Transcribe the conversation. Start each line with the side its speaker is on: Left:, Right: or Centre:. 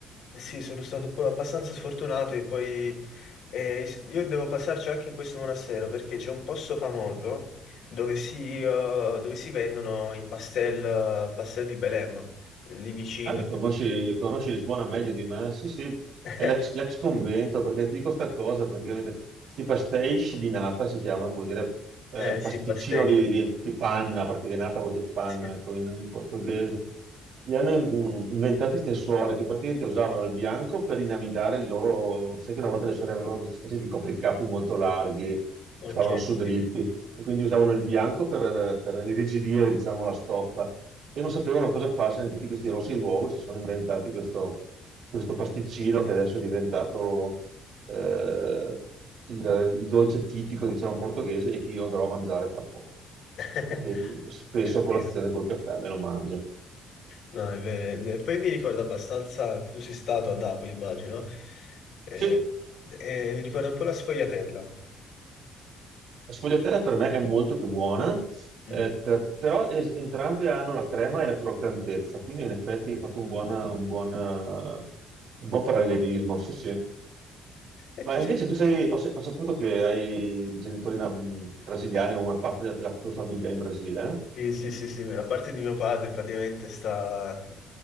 Left: eh Sì, sono stato un po' abbastanza sfortunato e poi eh, io devo passarci anche in questo monastero perché c'è un posto famoso dove si, eh, dove si vendono i pastel, eh, pastel di Belem, lì vicino.
Right: Allora, conosci, conosci Lisbona meglio di me? Sì, sì,
Left: <laughs>
Right: è l'ex l'ex convento, perché ti dico sta cosa, praticamente, questi pastéis di nata si chiamano, che vuol dire eh,
Left: Eh sì,
Right: pasticcino
Left: pastel.
Right: di, di- di panna, praticamente nata vuol dire panna,
Left: Sì.
Right: ecco, in, in portoghese. Li hanno mm, inventati queste suore che praticamente usavano il bianco per inamidare il loro... Sai che una volta le suore avevano queste specie di copricapi molto larghi,
Left: Ok.
Right: che stavano su dritti
Left: sì.
Right: e quindi usavano il bianco per, per irrigidire, diciamo, la stoffa e non sapevano cosa farsene di tutti questi rossi d'uovo e si sono inventati questo, questo pasticcino che adesso è diventato eh, il, il dolce tipico, diciamo, portoghese e che io andrò a mangiare tra poco,
Left: <laughs>
Right: perché spesso
Left: Eh,
Right: a colazione
Left: sì.
Right: col caffè me lo mangio.
Left: No, è vero. è vero. Poi mi ricorda abbastanza, tu sei stato a Napoli, immagino, Sì. eh,
Right: Sì,
Left: eh, mi ricorda un po' la sfogliatella.
Right: La sfogliatella per me è molto più buona,
Left: Mm.
Right: eh, per- però es- entrambe hanno la crema e la croccantezza, quindi in effetti hai fatto un buon, un buon, un buon parallelismo. Sì, sì.
Left: E
Right: Ma
Left: tu
Right: invece
Left: sei...
Right: tu sei, ho, se- ho saputo che hai genitori na- brasiliani o una parte della, della tua famiglia in Brasile, eh?
Left: Sì, sì, sì, sì, la parte di mio padre praticamente sta,